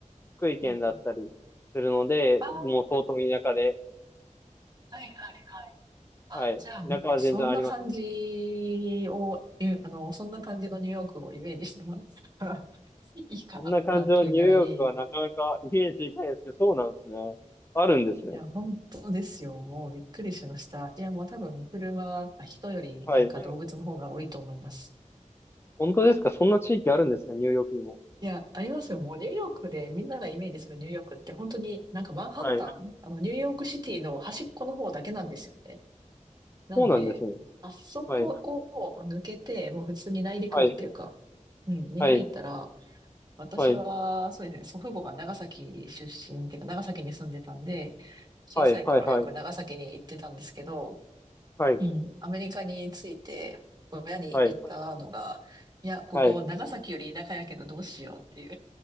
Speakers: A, on the left (about 20°); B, on the right (about 30°).
A: 福井県だったりするので、
B: うんうん。ああ、は
A: もう相当田舎で、
B: いはいはい。あ、
A: はい。
B: じゃあもうそんな感じを、
A: 田舎は全然あります。
B: ゆあの、そんな感じのニューヨークをイメージしてもらったら <laughs> いいかなっていうぐらい、
A: こんな感じのニューヨークはなかなかイメージできないですけど、そうなんですね。あるんですね。
B: いや、本当ですよ。もうびっくりしました。いや、もう多分車、あ人よりなんか動物の方が多いと思います。
A: はい。本当ですかそんな地域あるんですね、ニューヨークにも。
B: いや、ありますよ。もうニューヨークでみんながイメージするニューヨークって本当になんかマンハッタン、
A: はい。
B: あのニューヨークシティの端っこの方だけなんですよね。なんで、
A: そうなんですね。
B: あそこを抜けて、
A: はい。
B: もう普通に内陸部っていうか、
A: はい。
B: うん、に入ったら、
A: はい。
B: 私は、
A: はい。
B: そうですね、祖父母が長崎出身っていうか、長崎に住んでたんで、小さい頃よく長崎に行ってたんですけど、
A: はい。はい。はい。はい。
B: うん。アメリカに着いて、親に言ったのが、
A: はい。
B: いや、ここ長崎より田舎やけどどうしようってい
A: はい。